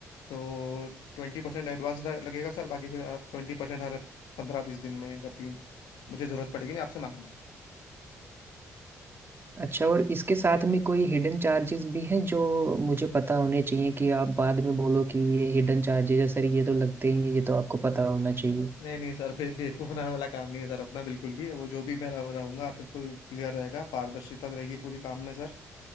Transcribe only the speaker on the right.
अच्छा और इसके साथ में कोई हिडन चार्जेस भी हैं जो मुझे पता होने चाहिए कि आप बाद में बोलो कि ये हिडन चार्जेस है सर ये तो लगते ही हैं ये तो आपको पता होना चाहिए